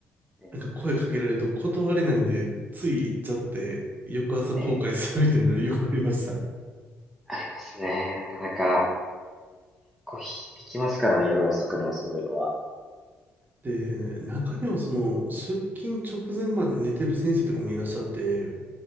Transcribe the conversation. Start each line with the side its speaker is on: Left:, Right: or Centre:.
Centre: ええ、
Right: なんか声かけられると断れないんで、つい行っちゃって、翌朝後悔するみたいなの
Centre: ええ
Right: <laughs> よくありました。
Centre: ありますね。なかなか、こう、響きますからね、夜遅くのそういうのは。
Right: で、中にはその、出勤直前まで寝てる先生とかもいらっしゃって、